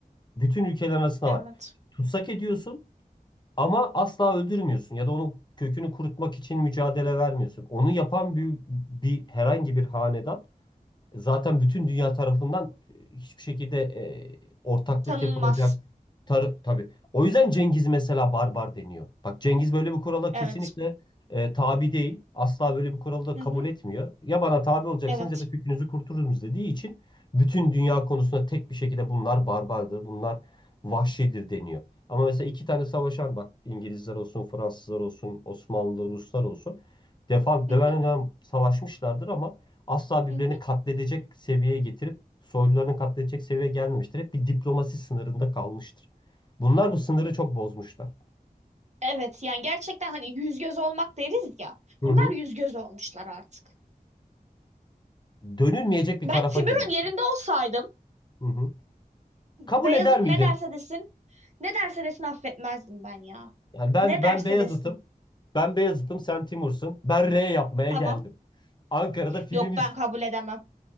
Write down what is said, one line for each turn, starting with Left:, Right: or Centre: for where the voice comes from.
Left: Bütün ülkeler arasında
Right: Evet.
Left: var. Tutsak ediyorsun ama asla öldürmüyorsun ya da onun kökünü kurutmak için mücadele vermiyorsun. Onu yapan bir, bir herhangi bir hanedan zaten bütün dünya tarafından e, hiçbir şekilde e, ortaklık
Right: Tanınmaz.
Left: yapılacak tar tabii. O yüzden Cengiz mesela barbar deniyor. Bak Cengiz böyle bir kurala kesinlikle
Right: Evet.
Left: e, tabi değil. Asla böyle bir kuralı da
Right: Hı
Left: kabul
Right: hı.
Left: etmiyor. Ya bana tabi olacaksınız
Right: Evet.
Left: ya da kökünüzü kurtururuz dediği için bütün dünya konusunda tek bir şekilde bunlar barbardır, bunlar vahşidir deniyor. Ama mesela iki tane savaşan bak İngilizler olsun, Fransızlar olsun, Osmanlı, Ruslar olsun defa devam
Right: Hı hı.
Left: savaşmışlardır ama asla birbirini
Right: Hı hı.
Left: katledecek seviyeye getirip soylularını katledecek seviyeye gelmemiştir. Hep bir diplomasi sınırında kalmıştır. Bunlar bu sınırı çok bozmuşlar.
Right: Evet. Yani gerçekten hani yüz göz olmak deriz ya.
Left: Hı
Right: Bunlar
Left: hı.
Right: yüz göz olmuşlar artık.
Left: Dönülmeyecek bir
Right: Ben
Left: tarafa
Right: Timur'un
Left: girmişler.
Right: yerinde olsaydım
Left: Hı hı. Kabul
Right: Beyazıt
Left: eder miydin?
Right: ne derse desin, ne derse desin affetmezdim ben ya.
Left: Yani ben
Right: Ne
Left: ben
Right: derse
Left: Beyazıt'ım.
Right: desin.
Left: Ben Beyazıt'ım, sen Timur'sun. Ben R yapmaya
Right: Tamam.
Left: geldim. Ankara'da film
Right: Yok ben kabul edemem.